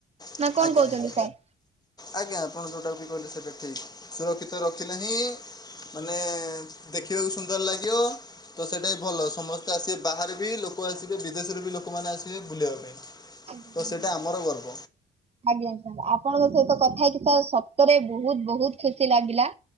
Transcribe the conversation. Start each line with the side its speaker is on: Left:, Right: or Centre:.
Left: ଆଜ୍ଞା
Right: ନା କଣ କହୁଛନ୍ତି
Left: ଆଜ୍ଞା
Right: ସାର୍
Left: ଆଜ୍ଞା ଆପଣ ଯୋଉଟା ବି କହିଲେ ସେଇଟା ଠିକ ସୁରକ୍ଷିତ ରଖିଲେ ହିଁ ମାନେ ଦେଖିବାକୁ ସୁନ୍ଦର ଲାଗିବ ତ ସେଇଟା ହିଁ ଭଲ ସମସ୍ତେ ଆସିବେ ବାହାରେ ବି ଲୋକ ଆସିବେ ବିଦେଶରୁ ବି ଲୋକମାନେ ଆସିବେ ବୁଲିବା ପାଇଁ।
Right: ଆଜ୍ଞା
Left: ତ ସେଇଟା
Right: ହଁ ଆଜ୍ଞା <unintelligible>
Left: ଆମର ଗର୍ବ
Right: ଆଜ୍ଞା ସାର୍ ଆପଣଙ୍କ ସହିତ କଥା ହେଇକି ସାର୍ ସତରେ ବହୁତ ବହୁତ ଖୁସି ଲାଗିଲା।